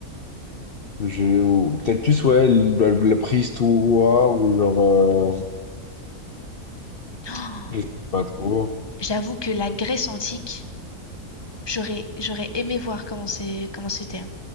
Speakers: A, on the left (about 45°); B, on the left (about 20°).
A: Je, ou peut-être plus, ouais, la, la préhistoire, ou genre, euh,
B: <gasps>
A: je sais pas trop.
B: J'avoue que la Grèce antique, j'aurais j'aurais aimé voir comment c'est comment c'était. hein.